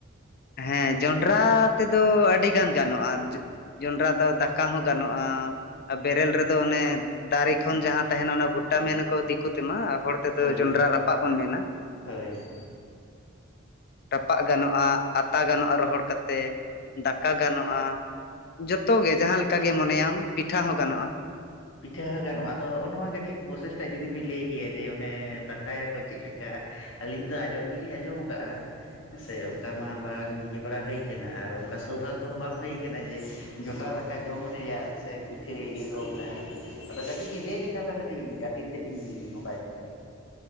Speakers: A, on the left; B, on the left.
A: ᱦᱮᱸ ᱡᱚᱱᱰᱨᱟ ᱛᱮᱫᱚ ᱟᱹᱰᱤᱜᱟᱱ ᱜᱟᱱᱚᱜ ᱼᱟ᱾ ᱡᱚᱸᱰᱨᱟ ᱫᱚ ᱫᱟᱠᱟ ᱦᱚᱸ ᱜᱟᱱᱚᱜᱼᱟ᱾ ᱟᱨ ᱵᱮᱨᱮᱞ ᱨᱮᱫᱚ ᱚᱱᱮ ᱫᱟᱨᱮ ᱠᱷᱚᱱ ᱡᱟᱦᱟᱸ ᱛᱟᱦᱮᱱᱟ ᱚᱱᱟ ᱵᱷᱩᱴᱟ ᱢᱮᱱᱟᱠᱚ ᱫᱤᱠᱩ ᱛᱮᱢᱟ ᱟᱨ ᱦᱚᱲ ᱛᱮᱫᱚ
B: ᱦᱳᱭ
A: ᱡᱚᱱᱰᱨᱟ ᱨᱟᱯᱟᱜ ᱵᱚᱱ ᱢᱮᱱᱟ᱾
B: ᱦᱳᱭ ᱦᱳᱭ
A: ᱨᱟᱯᱟᱜ ᱜᱟᱱᱚᱜᱼᱟ, ᱟᱛᱟ ᱜᱟᱱᱚᱜᱼᱟ, ᱨᱚᱦᱚᱲ ᱠᱟᱛᱮ ᱫᱟᱠᱟ ᱜᱟᱱᱚᱜᱼᱟ, ᱡᱚᱛᱚ ᱡᱚᱛᱚ ᱜᱮ ᱡᱟᱦᱟᱸ ᱞᱮᱠᱟ ᱜᱮ ᱢᱚᱱᱮᱭᱟᱢ ᱯᱤᱴᱷᱟᱹ ᱦᱚᱸ ᱜᱟᱱᱚᱜᱼᱟ᱾
B: ᱯᱤᱴᱷᱟᱹ ᱦᱚᱸ ᱜᱟᱱᱚᱜᱼᱟ ᱟᱫᱚ ᱦᱚᱜᱱᱚᱣᱟ ᱠᱟᱹᱴᱤᱡ ᱯᱨᱚᱥᱮᱥᱴᱟ ᱡᱩᱫᱤ ᱵᱤᱱ ᱞᱟᱹᱭ ᱠᱮᱭᱟ ᱡᱮ ᱚᱱᱮ ᱫᱟᱠᱟᱭᱟᱠᱚ ᱪᱮᱫ ᱞᱮᱠᱟ ᱟᱹᱞᱤᱧ ᱫᱚ ᱟᱸᱡᱚᱢ ᱜᱮᱞᱤᱧ ᱟᱸᱡᱚᱢ ᱟᱠᱟᱫᱼᱟ ᱦᱮᱸ ᱥᱮ ᱚᱱᱠᱟ ᱢᱟ ᱵᱟᱝ ᱤᱭᱟᱹ ᱵᱟᱲᱟ ᱦᱩᱭ ᱠᱟᱱᱟ ᱟᱨ ᱚᱱᱠᱟ ᱥᱳᱵᱷᱟᱜᱳ ᱦᱚᱸ ᱵᱟᱝ ᱦᱩᱭ ᱠᱟᱱᱟ ᱡᱮ ᱡᱚᱸᱰᱨᱟ ᱫᱟᱠᱟ ᱡᱚᱢ ᱨᱮᱭᱟᱜ ᱥᱮ ᱯᱤᱴᱷᱟᱹ ᱨᱮᱜᱮ <unintelligible> ᱟᱫᱚ ᱠᱟᱹᱴᱤᱡ ᱞᱟᱹᱭ ᱞᱮᱠᱷᱟᱱ ᱫᱚ ᱠᱟᱹᱴᱤᱡ ᱟᱹᱰᱤ ᱛᱮᱫ ᱞᱤᱧ ᱱᱟᱯᱟᱭ ᱠᱚᱜᱼᱟ᱾